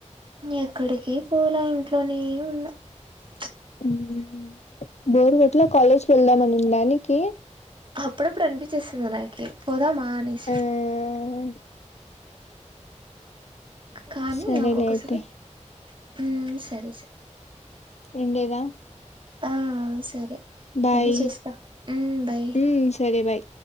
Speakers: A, on the right; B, on the left.
A: ఎక్కడికి పోలా ఇంట్లోనే ఉన్నా ప్చ్
B: హ్మ్ బోర్ కొట్లో కాలేజ్కి వెళ్దామనిన్డానికి
A: అప్పుడప్పుడు అనిపించేస్తాది నాకి పోదా మా అనేసి
B: ఆ
A: కానీ
B: సరేలే
A: ఒక్కొక్కసారి
B: అయితే
A: ఉమ్ సరే సరే
B: ఉండేదా
A: ఆ సరే
B: బాయ్
A: మళ్ళీ చేస్తా ఉమ్ బై
B: ఉమ్ సరే బాయ్